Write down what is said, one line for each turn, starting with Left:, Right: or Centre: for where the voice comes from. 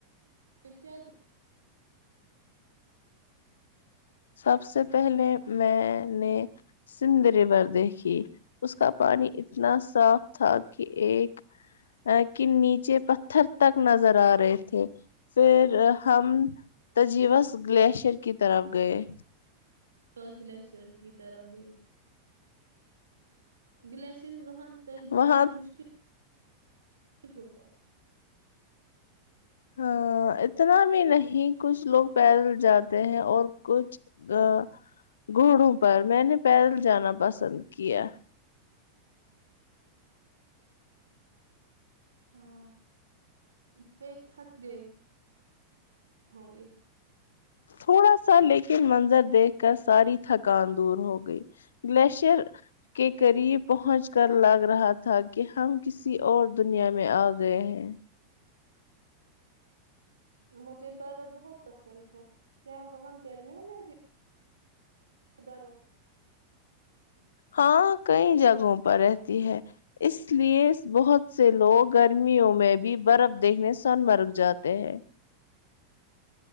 Right: کیا کیا
Left: سب سے پہلے میں نے سندھ ریور دیکھی اس کا پانی اتنا صاف تھا کہ ایک کے نیچے پتھر تک نظر آ رہے تھے پھر ہم تجوس گلیشر کی طرف گئے
Right: فس گلیشرز کی طرف گئے گلیشئرز وہاں تک جانا
Left: وہاں
Right: مشکل ہوتا
Left: ہاں اتنا بھی نہیں کچھ لوگ پیدل جاتے ہیں اور کچھ ا گھڑوں پر میں نے پیدل جانا پسند کیا
Right: ہاں پھر تھک گ ہوں گے
Left: تھوڑا سا لیکن منظر دیکھ کر ساری تھکان دور ہو گئی گلیشر کے قریب پہنچ کر لگ رہا تھا تاکے ہم کسی اور دنیا میں آ گئے ہیں
Right: مجھے بارہ بہت پسند ہے کیا وہاں گرمیوں میں بھی برا
Left: ہاں کئی جگہوں پر اس لیے بہت سے لوگ گرمیوں میں بھی برف دیکھنے سن مرگ جاتے ہیں